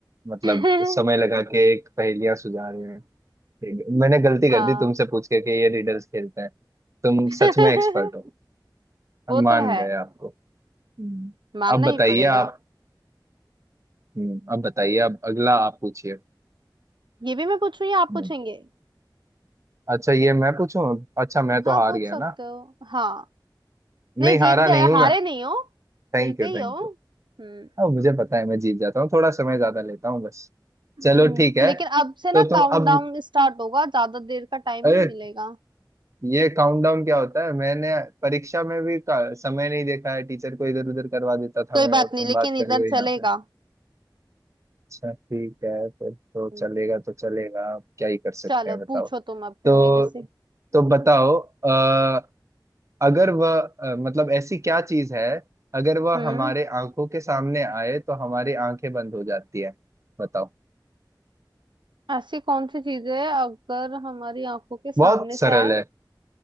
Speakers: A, on the right; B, on the right.
A: मतलब
B: <laughs>
A: समय लगा के एक पहेलियां सुझा रहे हैं ठीक है। मैंने गलती कर
B: हाँ
A: दी तुमसे पूछ के कि ये रीडल्स खेलते हैं तुम
B: <laughs>
A: सच में एक्सपर्ट हो
B: वो
A: हम मान
B: तो है
A: गए आपको हम्म।
B: मानना
A: अब बताइए
B: ही पड़ेगा
A: आप हम्म, अब बताइए अब अगला आप पूछिए
B: ये भी मैं पूछूं या आप
A: हम्म,
B: पूछेंगे
A: अच्छा ये मैं पूछूं अच्छा मैं तो
B: हाँ
A: हार
B: पूछ
A: गया
B: सकते
A: ना
B: हो हाँ नहीं
A: नहीं
B: जीत
A: हारा
B: गए
A: नहीं हूं
B: हारे
A: मैं
B: नहीं हो
A: थैंक
B: जीते
A: यू
B: ही
A: थैंक
B: हो हम्म
A: यू अब मुझे पता है मैं जीत जाता हूँ थोड़ा समय ज्यादा लेता हूँ बस
B: हम्म,
A: चलो ठीक है
B: लेकिन अब से ना
A: तो तुम
B: काउंटडाउन
A: अब
B: स्टार्ट होगा ज्यादा देर का टाइम
A: अरे
B: नहीं मिलेगा
A: ये काउंटडाउन क्या होता है मैंने परीक्षा में भी का, समय नहीं देखा है टीचर को इधर उधर करवा देता था
B: कोई
A: मैं और
B: बात नहीं
A: तुम
B: लेकिन
A: बात
B: इधर
A: कर रहे हो यहाँ
B: चलेगा
A: अच्छा ठीक है फिर तो चलेगा
B: हम्म,
A: तो चलेगा अब क्या ही कर सकते
B: चलो
A: हैं बताओ
B: पूछो तुम अब फिर
A: तो
B: मेरे से
A: तो बताओ अ, अगर वह अ, मतलब ऐसी क्या चीज है अगर वह
B: हम्म
A: हमारे आंखों के सामने आए तो हमारी आंखें बंद हो जाती है बताओ
B: ऐसी कौन सी चीज है अगर हमारी आंखों के सामने
A: बहुत सरल
B: से आए
A: है